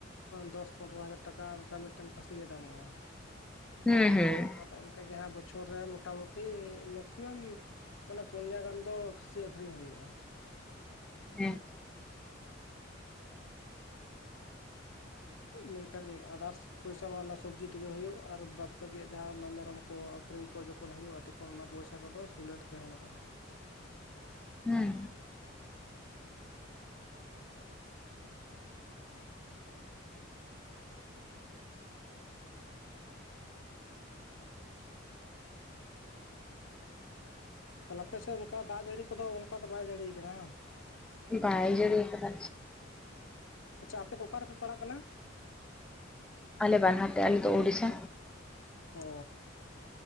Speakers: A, on the left; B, in the centre.
A: ᱫᱚᱥ ᱯᱚᱱᱨᱚ ᱦᱟᱡᱟᱨ ᱴᱟᱠᱟ ᱚᱱᱠᱟ ᱢᱤᱫᱴᱮᱱ ᱠᱟᱥᱤ ᱜᱮ ᱫᱟᱢᱚᱜᱼᱟ᱾
B: ᱦᱮᱸ ᱦᱮᱸ
A: ᱟᱫᱚ ᱚᱱᱠᱟᱜᱮ ᱦᱟᱸᱜ ᱵᱚᱪᱷᱚᱨ ᱨᱮ ᱢᱚᱴᱟᱢᱩᱴᱤ ᱢᱮᱠᱥᱤᱢᱟᱢ ᱢᱟᱱᱮ ᱯᱩᱱᱭᱟ ᱜᱟᱱ ᱫᱚ ᱠᱷᱟᱹᱥᱤ ᱟᱹᱠᱷᱨᱤᱧ ᱦᱩᱭᱩᱜᱼᱟ
B: ᱦᱮᱸ
A: ᱢᱮᱱᱠᱷᱟᱱ ᱟᱫᱟᱥ ᱯᱚᱭᱥᱟ ᱢᱟ ᱚᱱᱟ ᱥᱚᱵᱽᱡᱤ ᱛᱮᱜᱮ ᱦᱩᱭᱩᱜ ᱟᱨ ᱵᱟᱫ ᱵᱟᱹᱠᱤᱭᱟᱜ ᱡᱟᱦᱟᱸ ᱢᱮᱨᱚᱢ ᱠᱚ ᱟᱹᱷᱨᱤᱧ ᱠᱚ ᱡᱚᱠᱷᱚᱱ ᱦᱩᱭᱩᱜᱼᱟ ᱛᱚ <unintelligible> <unintelligible> ᱚᱱ ᱚᱱᱟ ᱯᱚᱭᱥᱟ ᱠᱚᱫᱚ ᱥᱩᱞᱮᱴ ᱛᱟᱦᱮᱸᱱᱚᱜᱼᱟ
B: ᱦᱮᱸ
A: ᱛᱟᱦᱞᱮ ᱟᱯᱮᱥᱮᱫ ᱚᱱᱠᱟ ᱫᱟᱜ ᱡᱟᱹᱲᱤ ᱠᱚᱫᱚ ᱚᱱᱠᱟ ᱫᱚ ᱵᱟᱭ ᱡᱟᱹᱲᱤ ᱟᱠᱟᱫᱟ
B: ᱵᱟᱭ ᱡᱟᱹᱲᱤ ᱟᱠᱟᱫᱟ
A: ᱟᱪᱪᱷᱟ ᱟᱯᱮ ᱫᱚ ᱚᱠᱟ ᱨᱮᱯᱮ ᱯᱟᱲᱦᱟᱜ ᱠᱟᱱᱟ
B: ᱟᱞᱮ ᱵᱟᱨᱦᱟᱴᱮ ᱟᱞᱮᱫᱚ ᱩᱰᱤᱥᱟ
A: ᱚ